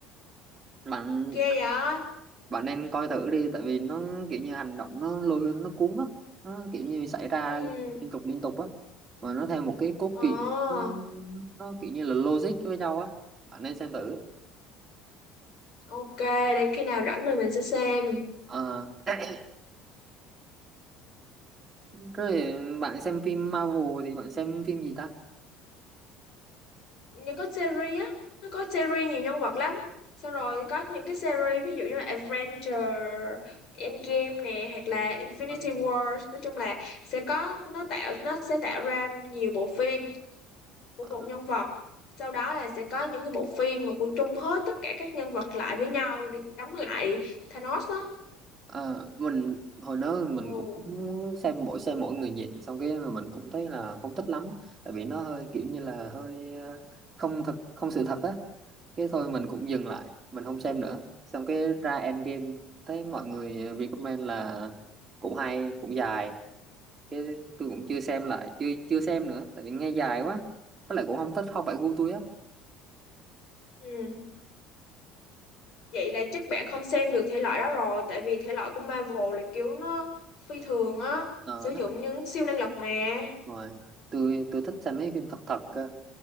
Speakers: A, on the right (about 20°); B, on the left (about 50°).
A: bạn
B: ghê vậy
A: bạn nên coi thử đi tại vì nó kiểu như hành động nó lôi nó cuốn lắm nó kiểu như xảy ra
B: ừ
A: liên, liên tục liên tục á mà nó theo một cái cốt
B: ờ
A: truyện nó, nó kiểu như là logic với nhau á bạn nên xem thử
B: ok để khi nào rảnh mình mình sẽ xem
A: Ờ. <coughs> rồi bạn xem phim Marvel thì bạn xem phim gì ta
B: như có series á nó có series nhiều nhân vật lắm xong rồi có những cái series ví dụ như là Adventure Endgame nè hoặc là Infinity
A: Ờ,
B: War nói chung là sẽ có nó tạo nó sẽ tạo ra nhiều bộ phim của
A: ờ.
B: một nhân vật sau đó là sẽ có những cái bộ phim mà của chung hết tất cả các nhân vật lại với nhau để chống lại Thanos á
A: Ờ, mình hồi đó mình
B: ừ.
A: cũng xem mỗi xem mỗi người nhện xong cái rồi mình cũng thấy là không thích lắm tại vì nó hơi kiểu như là hơi ờ, không thật không sự thật á cái thôi mình cũng dừng lại mình không xem nữa xong cái ra Endgame thấy mọi người recommend là cũng hay cũng dài cái tôi cũng chưa xem lại chưa chưa xem nữa tại vì nghe dài quá với lại cũng không thích không phải gu tôi á
B: ừ. vậy là chắc bạn không xem được thể loại đó rồi tại vì thể loại của Marvel là kiểu nó phi thường á
A: ờ
B: sử dụng
A: đó
B: những siêu năng lực mà
A: rồi tôi tôi thích xem mấy phim thật thật cơ